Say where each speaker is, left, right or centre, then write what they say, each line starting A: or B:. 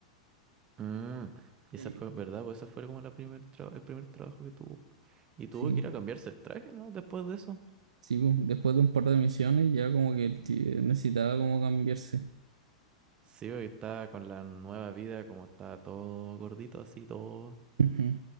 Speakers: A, on the right (about 25°); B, on the right (about 70°).
A: Mm. Y esa
B: Sí.
A: fue, ¿verdad? Pues esa fue como la primer tra- el primer trabajo que tuvo. Y tuvo
B: Sí.
A: que ir a cambiarse el traje, ¿no? Después de eso.
B: Sí, pues, después de un par de misiones ya como que el ti- eh, necesitaba como cambiarse.
A: Sí, porque está con la nueva vida, como está todo gordito así, todo
B: Ujú.